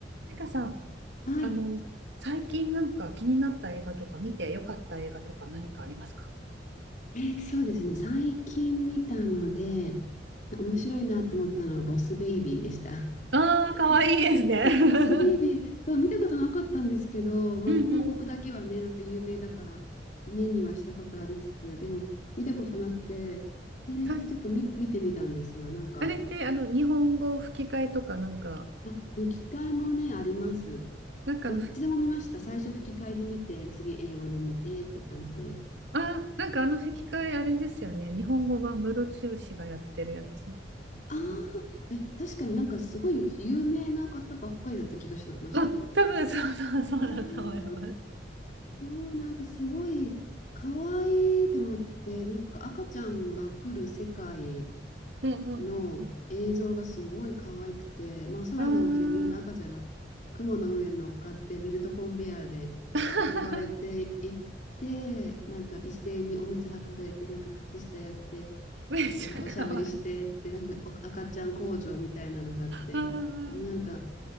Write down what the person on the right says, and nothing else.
なんかさ、
あの、最近なんか気になった映画とか見てよかった映画とか何かありますか
ああー、かわいいですね。
<laughs>
うんうん、
確か
あれってあの日本語吹き替えとかなんか、
なんかあの、
ふ
あー、なんかあの吹き替えあれですよね。日本語版ムロツヨシがやってるやつ
かな。
あ、
多分そうそうそうだと思います。
うんうんうんう
んああ、<laughs>
めっちゃかわいい。
あ